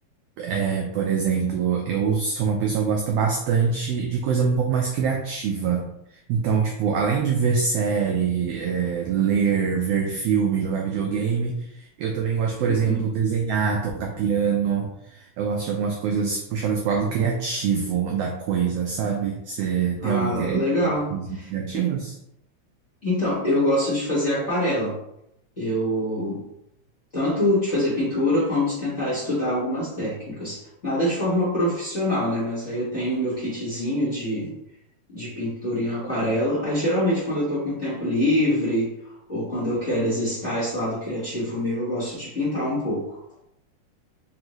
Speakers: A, on the right; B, on the left.
A: É, por exemplo, eu sou uma pessoa que gosta bastante de coisa um pouco mais criativa. Então, tipo, além de ver série, é, ler, ver filme, jogar videogame, eu também gosto, por
B: Uhum.
A: exemplo, desenhar, tocar piano. Eu gosto de algumas coisas puxadas pro lado criativo da coisa, sabe? Você
B: Ah,
A: tem algum interesse
B: legal.
A: em coisas criativas?
B: E- Então, eu gosto de fazer aquarela. Eu tanto de fazer pintura como de tentar estudar algumas técnicas. Nada de forma profissional, né? Mas aí eu tenho o meu kitzinho de de pintura em aquarela. Aí geralmente quando eu tô com tempo livre ou quando eu quero exercitar esse lado criativo meu, eu gosto de pintar um pouco.